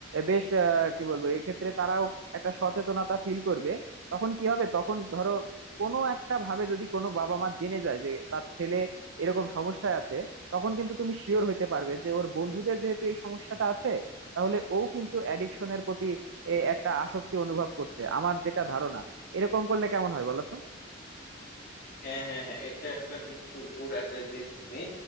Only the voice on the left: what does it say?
হ্যাঁ হ্যাঁ হ্যাঁ এটা একটা কিন্তু গুড অ্যাডভাইস দিয়েছো তুমি